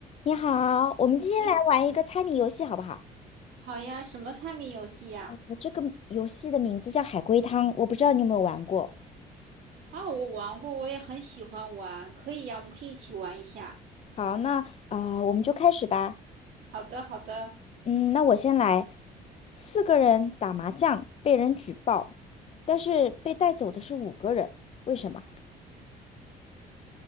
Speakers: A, on the left; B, on the right.
A: 你好，我们今天来玩一个猜谜游戏，
B: 你
A: 好不好？
B: 好呀，什么猜谜游戏呀？
A: 我这个游戏的名字叫海龟汤，我不知道你有没有玩过。
B: 啊，我玩过，我也很喜欢玩，可以呀，我们可以一起玩一下。
A: 好，那啊、呃我们就开始吧。
B: 好的，好的，
A: 嗯，那我先来。四个人打麻将被人举报，但是被带走的是五个人，为什么？